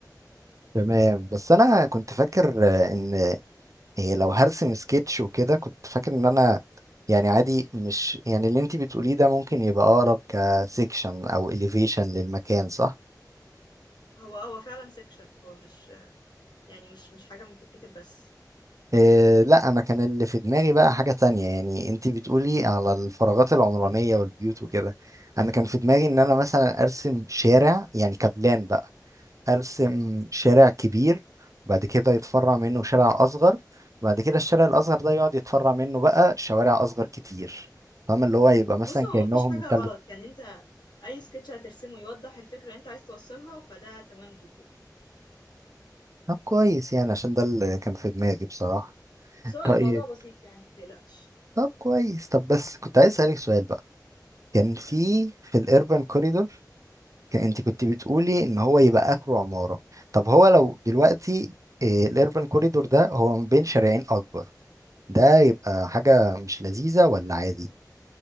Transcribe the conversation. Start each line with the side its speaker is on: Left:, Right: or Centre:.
Right: تمام بس انا كنت فاكر آه، ان إيه لو هرسم سكتش وكده كنت فاكر ان انا يعني عادي مش يعني اللي انتي بتقوليه ده ممكن يبقى اقرب كسيكشن او اليفيشن للمكان صح
Left: هو هو فعلا سيكشن هو مش يعني مش مش حاجه بتتكتب بس
Right: إيه لا انا كان اللي في دماغي بقى حاجة تانية يعني انتي بتقولي على الفراغات العمرانية والبيوت وكده انا كان في دماغي ان انا مثلا ارسم شارع يعني كبلان بقى ارسم شارع كبير بعد كده يتفرع منه شارع اصغر بعد كده الشارع الاصغر ده يقعد يتفرع منه بقى شوارع اصغر كتير فاهم اللي هو يبقى مثلا
Left: بص هو
Right: كانهم
Left: مفيش حاجه غلط
Right: تلت
Left: يعني انت اي سكتش هترسمه يوضح الفكره اللي انت عايز توصلها فده تمام جدا
Right: طب كويس يعني عشان ده اللي كان في دماغي بصراحة
Left: بس هو
Right: طيب
Left: الموضوع بسيط يعني ما تقلقش
Right: طب كويس طب بس كنت عايز اسالك سؤال بقى كان في
Left: فاهم
Right: في الاربن كوريدور كان انت كنت بتقولي ان هو يبقى اخره عمارة طب هو لو دلوقتي الاربن كوريدور ده هو ما بين شارعين اكبر ده يبقى حاجة مش لذيذة ولا عادي